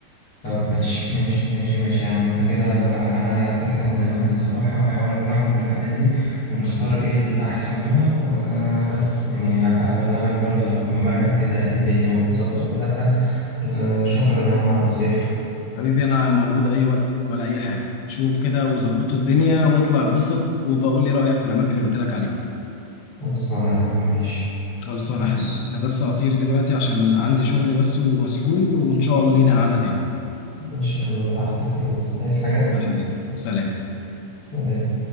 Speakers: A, on the left; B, on the left.
A: طب ماشي ماشي ماشي ماشي يا عم احنا كده بقى معانا فكرة عن الأماكن اللي هروحها وأحاول أقنعهم بالحاجات دي ونختار إيه الأحسن منها وبس يعني هبقى أبلغك برضو لو ما مرجع كده إيه الدنيا واتبسطت ولا لأ وشكرا يا عم على النصيحة
B: حبيبي انا موجود اي وقت ولا اي حاجة شوف كده وظبطوا الدنيا واطلع اتبسط وبقول لي رأيك في الاماكن اللي قلت لك عليها
A: خلصانة يا عم ماشي
B: خلصانة
A: بص
B: يا حبيبي أنا بس هطير دلوقتي عشان عندي شغل بس ومسحول وإن شاء الله لينا قعدة تاني
A: ماشي يا عم براحتك يلا عايز حاجة؟
B: يلا يا حبيبي سلام
A: سلام